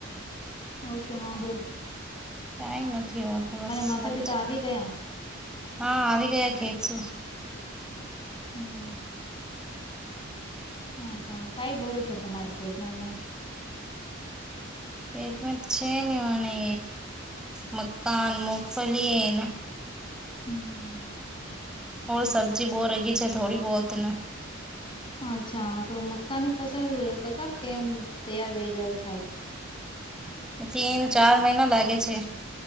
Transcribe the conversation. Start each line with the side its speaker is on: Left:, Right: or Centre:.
Left: હવ સોનાઓ જોું.
Centre: કઈ નથી આવડ તો બસ
Left: માતા
Centre: આવી
Left: પિતા ગયા
Centre: હા આવી ગયા ખેતસું.
Left: હમ.. હાછા કઈ બોર ક તમારી શત મહિને.
Centre: ખેતમે તો છે ને મને મક્કા, મુગફલી.
Left: હમ.
Centre: ઓ સબ્જી બહુ રગી છે થોડી બહતને.
Left: અચ્છા તો મક્કાની ફસલ કેટલાક ટમ તૈયાર રહી જાવ છેાલ.
Centre: તીન ચાર મહિના લાગે છે.